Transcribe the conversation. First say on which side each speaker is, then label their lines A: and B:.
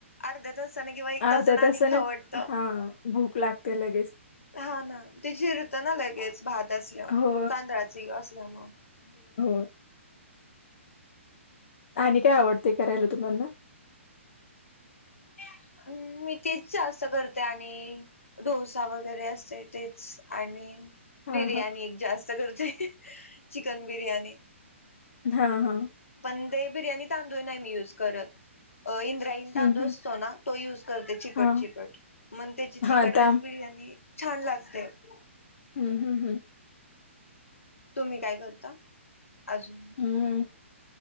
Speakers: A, on the left; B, on the left.
A: अर्ध्या तासाने किंवा एक
B: अर्धा
A: आणि
B: तासाने
A: खावं वाटतं.
B: हा भूक लागते लगेच
A: हा ना ते जिरतो ना लगेच भात असल्यावर
B: हो
A: तांदळाच ही असल्यामूळ
B: <unintelligible> आणि काय आवड करायला तुम्हाला
A: <unintelligible> तेच जास्त करते आणि डोसा वगैरे असते तेच आणि
B: हा
A: बिर्याणी
B: हा
A: <unintelligible> जास्त <inaudible> <unintelligible> चिकन बिरयाणी
B: <unintelligible> हा हा
A: <unintelligible> बिर्याणी तांदूळ नाही मी यूज करत आ इंद्रायण तांदूळ
B: हं, हं.
A: असतो ना तो युज करते चिकट
B: हां,
A: चिकट मण त्याची चिकट
B: हां. त्या
A: वेज
B: हं,
A: बिर्याणी छान लागते <unintelligible>
B: हं, हं.
A: तुम्ही काय करता अजून
B: हं,